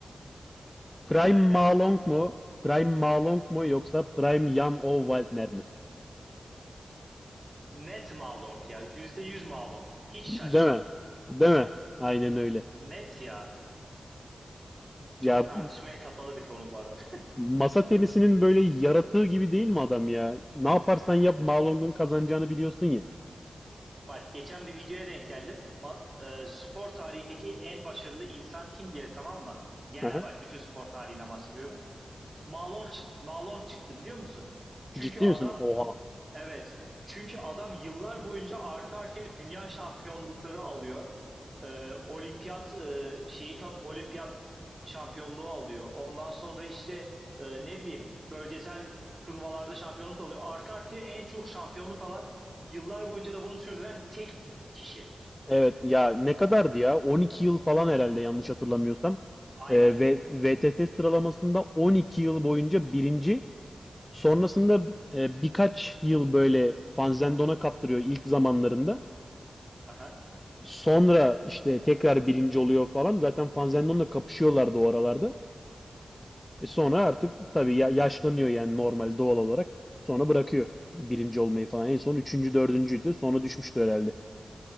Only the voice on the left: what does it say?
Prime
Malong mu? Prime Malong mu yoksa Prime Jan Olwaltner mi?
Değil
mi? Değil mi? Aynen öyle.
Ya
Masa tenisinin böyle yaratığı gibi değil mi adam ya? Ne yaparsan yap Marlon'un kazanacağını biliyorsun ya.
Aha.
Ciddi
misin? Oha.
Evet ya ne kadardı ya? 12 yıl falan herhalde yanlış hatırlamıyorsam.
Ee, ve VTT sıralamasında 12 yıl boyunca birinci. Sonrasında e, birkaç yıl böyle Fanzendon'a kaptırıyor ilk zamanlarında.
Sonra işte tekrar birinci oluyor falan. Zaten Fanzendon'la kapışıyorlardı o aralarda. E sonra artık tabii ya- yaşlanıyor yani normal doğal olarak. Sonra bırakıyor birinci olmayı falan. En son üçüncü, dördüncüydü. Sonra düşmüştür herhalde.